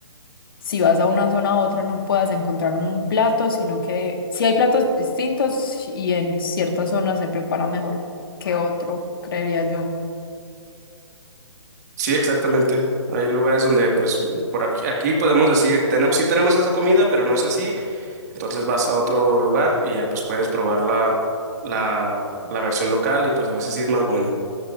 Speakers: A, on the left (about 45°); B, on the right (about 35°).
A: si vas a una zona a otra no puedas encontrar un plato, sino que sí hay platos distintos y en ciertas zonas se prepara mejor que otro, creería yo.
B: Sí, exactamente. Hay lugares donde, pues, por aquí, aquí podemos decir, tenemos, sí tenemos esa comida, pero no es así. Entonces vas a otro lugar y ya pues puedes probar la, la, la versión local y pues a veces sí es más bueno.